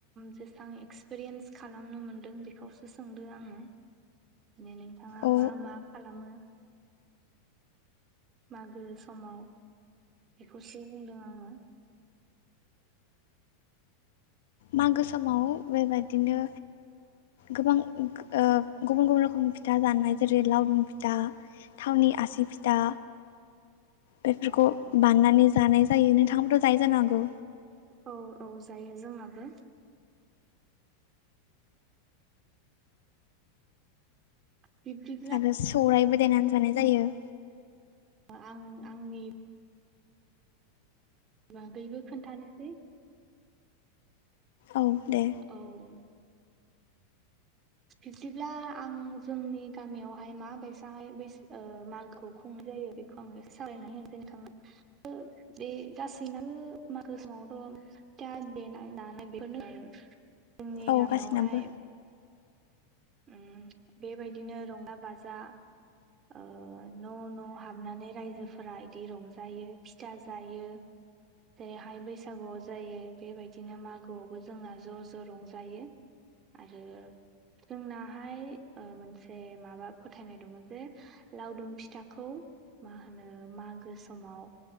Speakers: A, on the right; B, on the left.
A: जेसबां एक्सपिरियेन्स खालामनो मोनदों बेखौसो सोंदो आङो बिदिनो नोंथाङा
B: औ
A: मा मा खालामो मागो समाव बेखौसो बुंदों आङो
B: मागो समाव बेबायदिनो गोबां गुबुन गुबुन रोखोमनि फिथा जानाय जेरै लावदुम फिथा थावनि आसि फिथा
A: <inaudible>
B: बेफोरखौ
A: अ अ
B: बाननानै जानाय जायो नोंथाङाबोथ' जायो जानो हागौ
A: औ औ जायो जोंनाबो बिबदि
B: आरो सौरायबो देनानै जानाय जायो
A: आं आंनि बागैबो खोन्थानोसै
B: औ दे
A: औ बिब्दिब्ला आं जोंनि गामियावहाय मा बायसाहाय बैस <unintelligible> मागोखौ खुंनाय जायो बेखौ बेखौ आं एसे सावरायनानै होनोसै नोंथांनो बे गासैनाबो मागो समावथ' देनाय <unintelligible> बेनो जोंनि
B: औ
A: गामियावहाय
B: गासिनाबो
A: ओम बेबायदिनो रंजा बाजा ओ न' न' हाबनानै रायजोफोरा इदि रंजायो फिथा जायो जेरैहाय बैसागुआव जायो बेबायदिनो मागोआवबो जोंना ज' ज' रंजायो आरो जोंनाहाय मोनसे माबा फोथायनाय दङ जे लावदुम फिथाखौ मा होनो मागो समाव